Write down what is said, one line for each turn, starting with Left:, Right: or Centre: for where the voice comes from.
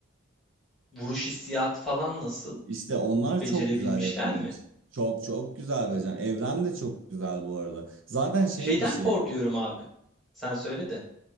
Centre: vuruş hissiyatı falan nasıl?
Right: İşte onlar
Centre: Becerebilmişler
Right: çok güzel yapılmış.
Centre: mi?
Right: Çok çok güzel becer. Evren de çok güzel bu arada. Zaten şey
Centre: Şeyden
Right: bir şey.
Centre: korkuyorum abi. Sen söyle de.